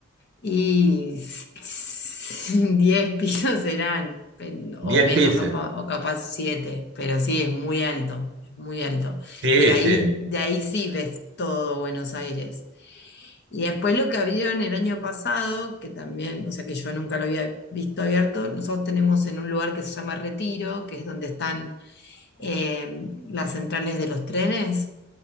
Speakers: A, on the left; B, on the right.
A: Y <laughs> 10 pisos serán, pen- o
B: Diez
A: menos,
B: pisos.
A: capa- o capaz siete pero sí, es muy alto, es muy alto.
B: Sí,
A: Pero ahí,
B: sí.
A: de ahí sí ves todo Buenos Aires. Y después lo que abrieron el año pasado, que también, o sea que yo nunca lo había visto abierto, nosotros tenemos en un lugar que se llama Retiro, que es donde están eh, las centrales de los trenes.